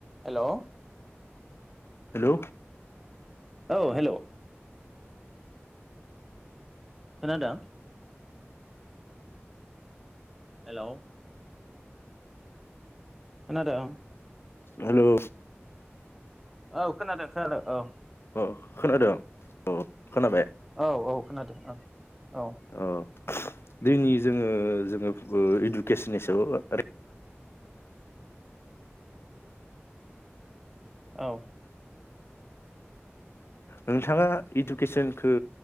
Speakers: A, in the centre; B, on the left.
A: Hello
B: hello
A: औ hello खोनादों? Hello खोनादों?
B: हेल'
A: औ खोनादों खोनादों औ।
B: औ खोनादों औ खोनाबाय
A: औ औ खोनादों औ औ
B: अ दिनि जोङो जोङो इडुकेसननि सायाव
A: औ
B: नोंथाङा इडुकेसनखौ